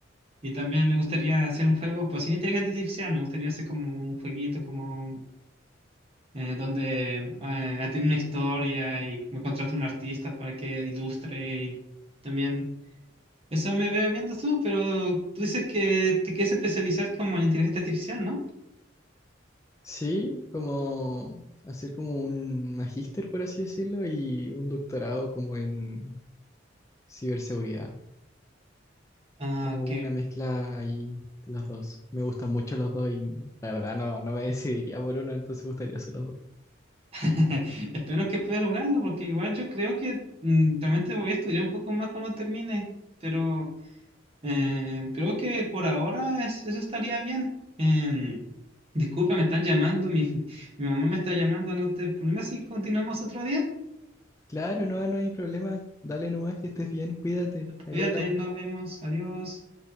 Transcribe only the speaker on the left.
Sí, como hacer como un magíster, por así decirlo, y un doctorado como en ciberseguridad,
como
una mezcla ahí de los dos. Me gustan mucho los dos y la verdad no, no me <laughs> decidiría por uno, entonces me gustaría hacer los dos.
Claro, no, no hay problema. Dale nomás que estés bien, cuídate. Ahí
hablamos.